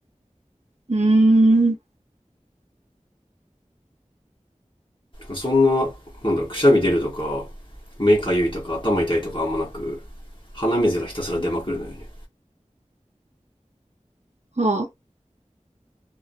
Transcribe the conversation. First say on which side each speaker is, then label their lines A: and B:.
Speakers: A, on the right; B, on the left.
A: うーん。
B: そんななんだろうくしゃみ出るとか目かゆいとか頭痛いとかあんまなく鼻水がひたすら出まくるのよね
A: はあ、